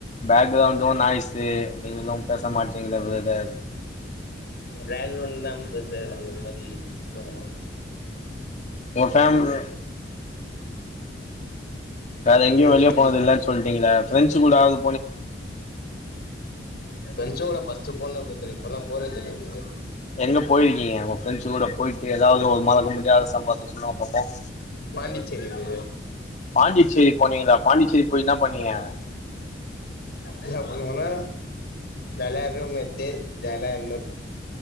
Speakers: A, on the left (about 40°); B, on the left (about 60°).
A: பேக்ரவுண்டும் நாய்ஸு நீங்களும் பேச மாட்டீங்கள ப்ரதர்
B: பேக்ரவுண்ட் தான் அந்த மாதிரி இடிசுபமோ
A: ஓ போஃம்லி வேற எங்கேயும்
B: ம்
A: வெளியே போனது இல்லன்னு சொல்லிட்டீங்களா பிரெஞ்சு கூட ஆது
B: பிரஞ்சேட பஸ் அப்பா போனு இப்பெல்லாம் போறேது இல்லது
A: எங்க போயிருக்கீங்க உங்க பிரண்ட்ஸ் கூட போயிட்டு ஏதாவது ஒரு மறக்க முடியாத சம்பாவத்த சொல்லுவங்க பாப்போம்
B: பாண்டிச்சேரி இது
A: பாண்டிச்சேரி போனீங்களா பாண்டிச்சேரி போய் என்ன பண்ணீங்க
B: என்ன பண்ணுவணா ஜல்லி இருக்கு மத்த ஜல்யா இல்ல